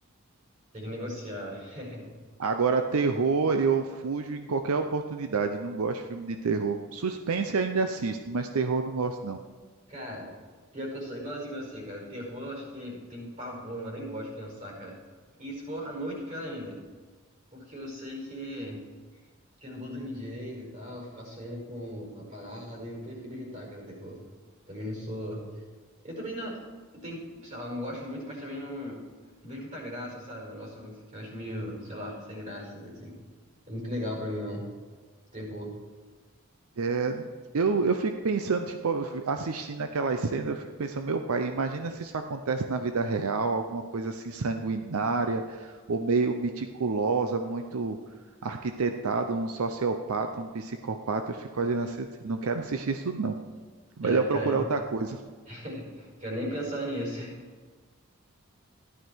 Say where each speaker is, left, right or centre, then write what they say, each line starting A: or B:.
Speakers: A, on the right; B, on the right.
A: tem que negociar. <laughs>
B: Agora, terror, eu fujo em qualquer oportunidade, não gosto de filme de terror. Suspense ainda assisto, mas terror não gosto, não.
A: Cara, pior que eu sou igualzinho você, cara. Terror, acho que tem pavor, eu nem gosto de pensar, cara. E se for à noite, pior ainda. Porque eu sei que, que eu não vou dormir direito e tal, ficar sonhando com a parada, eu prefiro evitar, cara, o terror. Também não sou. Eu também não. Eu tenho, sei lá, não gosto muito, mas também não, não vejo muita graça, sabe? Um negócio que eu acho meio, sei lá, sem graça, assim. É muito legal pra mim, não. Terror.
B: É, eu, eu fico pensando, tipo, assistindo aquelas cenas, eu fico pensando, meu pai, imagina se isso acontece na vida real, alguma coisa assim sanguinária, ou meio meticulosa, muito arquitetado, um sociopata, um psicopata, eu fico olhando assim, não quero assistir isso não. Melhor
A: É, cara,
B: procurar outra coisa.
A: <laughs> quero nem pensar nisso.